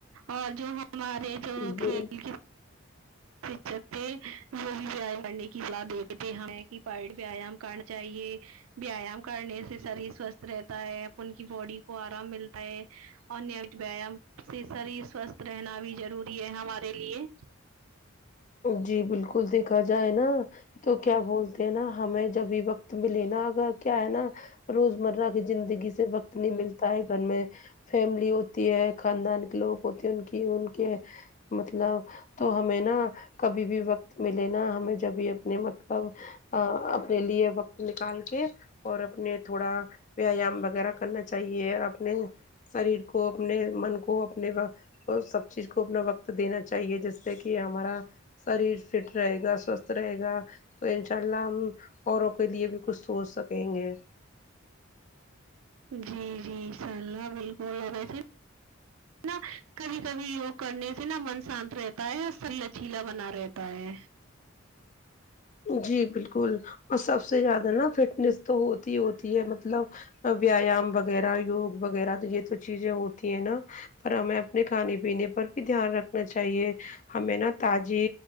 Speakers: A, on the right; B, on the left.
A: اور جو ہمارے جو
B: جی
A: کھیل کے شکشک تھے وہ بھی ویایام کرنے کی صلاح دیتے تھے کہ پائٹ ویام کرنا چاہیے ویایام کرنے سے شریر سوستھ رہتا ہے اپن کی باڈی کو آرام ملتا ہے اور نیمت ویایام سے شریر سوستھ رہنا بھی ضروری ہے ہمارے لیے
B: جی بالکل دیکھا جائے ناں تو کیا بولتے ہیں نا ہمیں جبھی وقت میں لینا اگر کیا ہے نا روزمرہ کی زندگی سے وقت نہیں ملتا ہے گھر میں فیملی ہوتی ہے خاندان کے لوگ ہوتے ہیں ان کی ان کے مطلب تو ہمیں نہا کبھی بھی وقت ملے نا ہمیں جبھی اپنے مت کاب اپنے لیے وقت نکال کے اور اپنے تھوڑا ویایام وغیرہ کرنا چاہیے اور اپنے شریر کو اپنے من کو اپنے اور سب چیز کو اپنا وقت دینا چاہیے جس سے کہ ہمارا شریر فٹ رہے گا سوستھ رہے گا تو انشاء اللہ ہم اوروں کے لیے بھی کچھ سوچ سکیں گے
A: جی جی انشاء اللہ بالکل ا ویسے نا کبھی کبھی یوگ کرنے سے نا من شانت رہتا ہے اور سل لچیلا بنا رہتا ہے
B: جی بالکل اور سب سے زیادہ نا فٹنیس تو ہوتی ہی ہوتی ہے مطلب ویایام وغیرہ یوگ وغیرہ تو یہ تو چیزیں ہوتی ہیں نا پر ہمیں اپنے کھانے پینے پر بھی دھیان رکھنا چاہیے ہمیں نا تازی